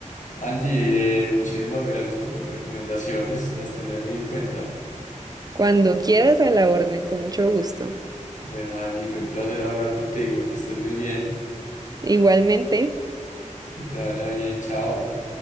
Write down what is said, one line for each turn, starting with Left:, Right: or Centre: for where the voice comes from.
Left: Angie, eh, muchísimas gracias por tus recomendaciones, las tendré muy en cuenta.
Right: Cuando quieras a la orden, con mucho gusto.
Left: Bueno, Angie, fue un placer hablar contigo, que estés muy bien,
Right: Igualmente,
Left: que te vaya bien, chao.